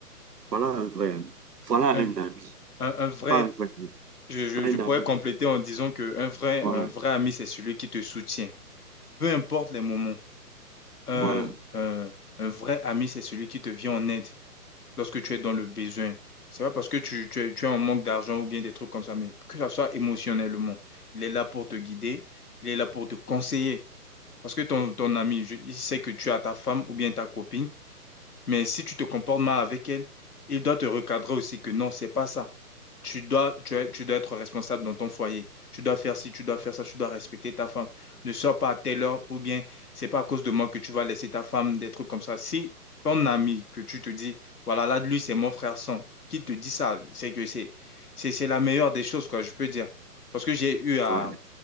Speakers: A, on the right (about 85°); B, on the left (about 70°).
A: Voilà un vrai ami. Voilà
B: Un,
A: un ami.
B: un- un vrai,
A: Pas un ami,
B: je, je-
A: un
B: je pourrais
A: ami.
B: compléter en disant que un vrai,
A: Voilà,
B: un vrai ami, c'est celui qui te soutient, peu importe les moments. Un,
A: voilà,
B: un- un vrai ami, c'est celui qui te vient en aide lorsque tu es dans le besoin. C'est pas parce que tu, tu es, tu es en manque d'argent ou bien des trucs comme ça, mais que ça soit émotionnellement. Il est là pour te guider, il est là pour te conseiller. Parce que ton, ton ami, je- il sait que tu as ta femme ou bien ta copine, mais si tu te comportes mal avec elle, il doit te recadrer aussi que non, c'est pas ça tu dois, tu, es- tu dois être responsable dans ton foyer. Tu dois faire ci, tu dois faire ça, tu dois respecter ta femme. Ne sors pas à telle heure ou bien c'est pas à cause de moi que tu vas laisser ta femme des trucs comme ça. Si ton ami que tu te dis, voilà, là, lui, c'est mon frère sang, qui te dit ça, c'est que c'est, c'est, c'est la meilleure des choses, quoi, je peux dire. Parce que j'ai eu à,
A: voilà.